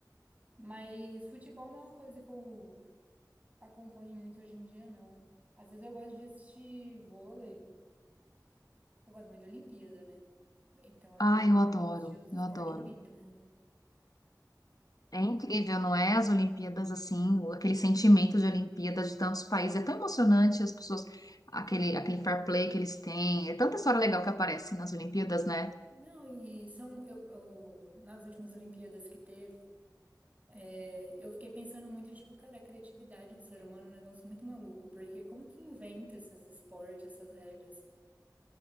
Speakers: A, on the right; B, on the left.
A: mas futebol não é uma coisa que eu acompanho muito hoje em dia, não. Às vezes eu gosto de assistir vôlei, eu gosto muito de Olimpíada, né? Então eu
B: Ah,
A: gosto
B: eu adoro,
A: de assistir os esportes
B: eu adoro.
A: olímpicos.
B: É incrível, não é? As Olimpíadas assim, o- aquele sentimento de Olimpíada de tantos países. É tão emocionante as pessoas, aquele, aquele fair play que eles têm. É tanta história legal que aparece nas Olimpíadas, né?
A: Não, e são, eu, eu- nas últimas Olimpíadas que teve, é, eu fiquei pensando muito, tipo, cara, a criatividade do ser humano é um negócio muito maluco, porque como que inventa esses esportes, essas regras?